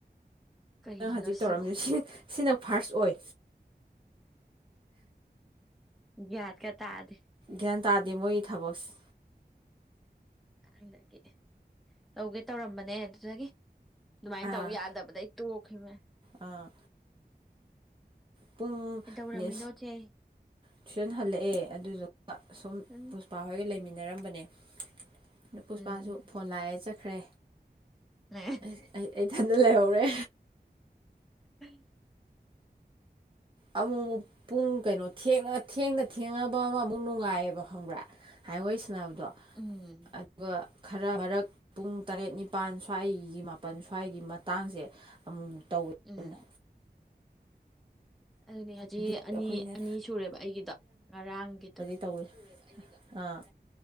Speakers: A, in the centre; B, on the right.
A: ꯀꯩꯒꯤꯅꯣ
B: ꯅꯪ ꯍꯧꯖꯤꯛ ꯇꯧꯔꯝꯃꯤꯁꯦ
A: ꯁꯤꯕꯣ
B: ꯁꯤ ꯁꯤꯅ ꯐꯥꯔꯁ ꯑꯣꯏ
A: ꯌꯥꯗ ꯀ ꯇꯥꯗ
B: ꯒ꯭ꯌꯥꯟ ꯇꯥꯗꯦ ꯃꯣꯏꯒꯤ ꯊꯕꯛꯁꯦ
A: ꯉꯗꯒꯤ ꯇꯧꯒꯦ ꯇꯧꯔꯝꯕꯅꯦ ꯑꯗꯨꯗꯒꯤ ꯑꯗꯨꯃꯥꯏꯅ
B: ꯑꯥ
A: ꯇꯧ ꯌꯥꯗꯕꯗꯒꯤꯩ ꯇꯣꯛꯈꯤꯕꯅꯦ
B: ꯑꯥ ꯄꯨꯡ
A: ꯀꯩꯗꯧꯔꯝꯃꯤꯅꯣ
B: ꯅꯤ
A: ꯆꯦ
B: ꯇꯨꯏꯁꯟ ꯍꯜꯂꯛꯑꯦ ꯑꯗꯨꯗꯨꯒ ꯁꯨꯝ
A: ꯎꯝ
B: ꯅꯨꯄꯥ ꯍꯣꯏꯒ ꯂꯩꯃꯤꯟꯅꯔꯝꯕꯅꯦ ꯅꯨꯄꯤꯁꯨꯄꯥꯁꯨ
A: ꯎꯝ
B: ꯐꯣꯟ ꯂꯥꯛꯑꯦ ꯆꯠꯈ꯭ꯔꯦ
A: ꯅꯦ
B: ꯑꯩ ꯑꯩ ꯏꯊꯟꯗ ꯂꯩꯍꯧꯔꯦ
A: ꯎꯝ
B: ꯑꯃꯨꯛ ꯑꯃꯨꯛ ꯄꯨꯡ ꯀꯩꯅꯣꯉ ꯊꯦꯡꯅ ꯊꯦꯡꯉꯅꯕ ꯑꯃ ꯑꯃꯨꯛ ꯅꯨꯡꯉꯥꯏꯌꯦꯕ ꯈꯪꯕ꯭ꯔꯥ ꯍꯥꯏ ꯋꯥꯩ ꯁꯅꯕꯗꯣ
A: ꯎꯝ
B: ꯑꯗꯨꯒ ꯈꯔ ꯃꯔꯛ ꯄꯨꯡ ꯇꯔꯦꯠ ꯅꯤꯄꯥꯜ ꯁ꯭ꯋꯥꯏꯒꯤ ꯃꯥꯄꯜ ꯁ꯭ꯋꯥꯏꯒꯤ ꯃꯇꯥꯡꯁꯦ ꯑꯃꯨ ꯇꯧꯋꯦ
A: ꯎꯝ
B: ꯌꯥꯝꯅ
A: ꯑꯗꯨꯗꯤ ꯍꯧꯖꯤꯛ
B: ꯑꯗꯨ
A: ꯑꯅꯤ
B: ꯑꯩꯈꯣꯏꯅ
A: ꯑꯅꯤ ꯁꯨꯔꯦꯕ ꯑꯩꯒꯤꯗꯣ ꯉꯔꯥꯡꯒꯤꯗꯨ
B: ꯇꯧꯏ ꯑꯥ